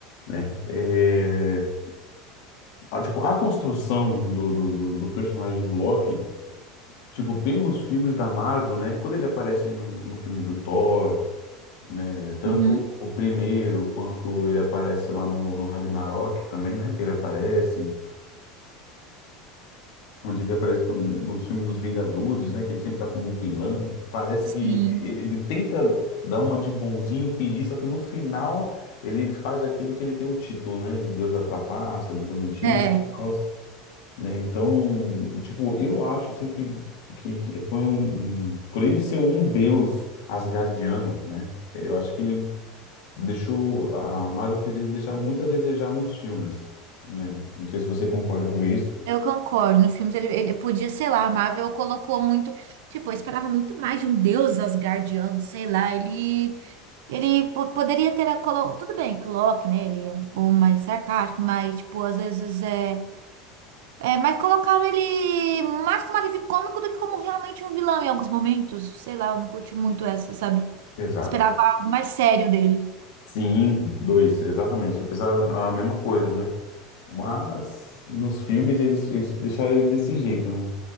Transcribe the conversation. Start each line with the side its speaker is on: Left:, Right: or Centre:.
Left: né? É, a, tipo, a construção do, do, do- do personagem do Loki, tipo, pelos filmes da Marvel, né? Quando ele aparece no, no filme do Thor, né? Tanto
Right: Uhum.
Left: o primeiro quanto ele aparece lá no, no Ragnarok também, né? Que ele aparece, onde ele aparece também nos filmes dos Vingadores, né? Que ele sempre tá como vilão. Parece
Right: Sim,
Left: que ele, ele, ele tenta dar uma de bonzinho, fingir, só que no final ele faz aquilo que ele tem o título, né? Deus da trapaça, Deus da mentira,
Right: é.
Left: e tal, né? Então, tipo, eu acho assim que, que, que foi um, um- por ele ser um deus asgardiano, né? Eu acho que ele deixou a Marvel fez ele deixar muito a desejar nos filmes, né? Não sei se você concorda com isso.
Right: Eu concordo. No filme ele, ele podia, sei lá, a Marvel colocou muito. Tipo, eu esperava muito mais de um deus asgardiano, sei lá. Ele. Ele po- poderia ter a colo... Tudo bem que o Loki, né? Ele é um pouco mais sarcástico, mas, tipo, às vezes é. É, mas colocaram ele mais como alívio cômico do que como realmente um vilão em alguns momentos. Sei lá, eu não curti muito essa, sabe?
Left: Exato.
Right: Esperava algo mais sério dele.
Left: Sim, dois, exatamente. Eu pensava a mesma coisa, né? Mas nos filmes eles, eles deixaram ele desse jeito, né?